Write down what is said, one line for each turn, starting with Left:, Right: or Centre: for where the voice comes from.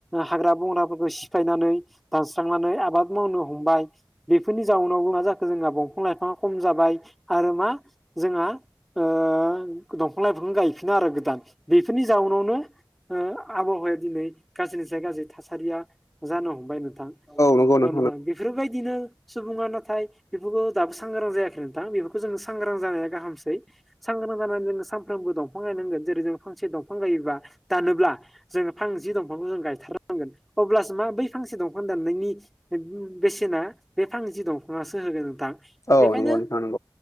Centre: हाग्रा-बंग्राफोरखौ सिफाय नानै दानस्रांनानै आबाद मावनो हमबाय बेफोरनि जाउनावबो मा जाखो जोंहा बंफां-लाइफां खम जाबाय आरो मा जोंहा ओ दंफां-लाइफां गायफिनो आरो गोदान बेफोरनि जाउनावनो ओ आबहावाया दिनै गाज्रिनिसाय गाज्रि थासारिया जानो हमबाय नोंथां
Left: नंगौ
Centre: औ
Left: नों
Centre: नोंथां बेफोरबायदिनो सुबुङा नाथाय बेफोरखौ दाबो सांग्रां जायाखै नोंथां बेफोरखौ जों सांग्रां जानाया गाहामसै साग्रां जोंनो सानफ्रोमबो दंफां गायनांगोन जेरै जों फांसे दंफां गायोबा दानोब्ला जोङो फांसे दंफांखौ जों गायथारनांगोन अब्लासो मा बै फांसे दंफां दाननायनि बेसेना बे फां जि दंफाङासो होगोन नोंथां
Left: औ
Centre: बेखायनो
Left: नंगौ नोंथां नंगौ